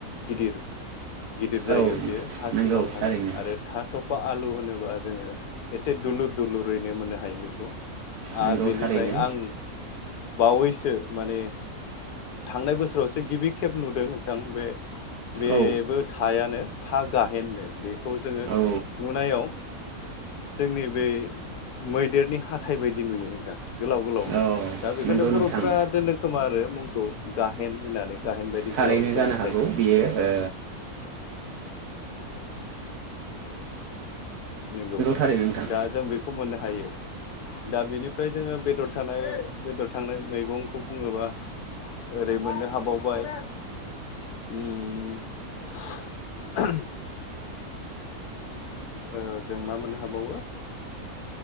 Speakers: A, on the left (about 85°); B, on the right (about 80°).
A: गिदिर गिदिर जायो
B: औ
A: बेयो हा
B: नंगौ
A: सिङाव थाङो
B: थारैनो
A: आरो था थफ बा आलु होनोबा जोङो एसे दुलुर दुलुरैनो मोननो हायो बेखौ
B: नंगौ
A: आर बेनि
B: थारैनो
A: ओमफ्राय आं बावैसो माने थांनाय बोसोरावसो गिबि खेब नुदों नोंथां बे बेबो
B: औ
A: थायानो था गाहेननो बे खौ जोङो
B: औ
A: नुनायाव जोंनि बे मैदेरनि हाथाइ बायदि नुयो नोंथां गोलाव गोलावनो
B: औ
A: दा बेखायनो
B: नंगौ
A: बर'फ्रा
B: नोंथां
A: दोनदों खोमा आरो मुं खौ‌ गाहेन होननानै गाहेन बायदि
B: थारैनो
A: गोलाव जानायखाय
B: जानो हागौ बियो ओ
A: नंगौ
B: थारैनो नोंथां
A: दा जों बेखौ मोननो हायो दा बिनिफ्राय जोङो बेदर थानाय बेदर थांनाय मैगंखौ बुङोबा ओरै मोननो हाबावबाय ओम ओह ओ जों मा मोननो हाबावो